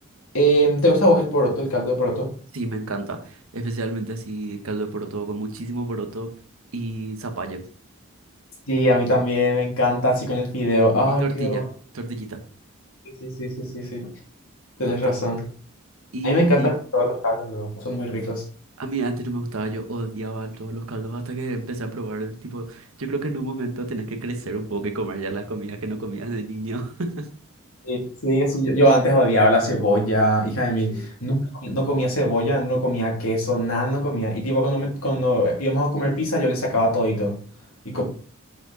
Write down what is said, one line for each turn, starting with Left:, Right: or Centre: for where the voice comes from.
Left: Em, ¿te gusta a vos el poroto, el caldo de poroto?
Right: Sí, me encanta. Especialmente así caldo de poroto con muchísimo poroto y zapallo.
Left: Sí, a mí también me encanta, así con el fideo. Ay,
Right: Y tortilla,
Left: qué rico.
Right: tortillita.
Left: Sí, sí, sí, sí, sí. Tenés
Right: Totalmente.
Left: razón.
Right: Y
Left: A mí me encantan todas las carnes, luego. Son muy ricas.
Right: a mí antes no me gustaba, yo odiaba todos los caldos hasta que empecé a probar. Tipo, yo creo que en un momento tenés que crecer un poco y comer ya las comidas que no comías de niño. <laughs>
Left: Sí, sí, así yo, yo antes odiaba la cebolla, hija de mil.
Right: Sí.
Left: Nunca comí- no comía cebolla, no comía queso, nada, no comía. Y tipo, cuando, me- cuando íbamos a comer pizza, yo le sacaba todito. Y comía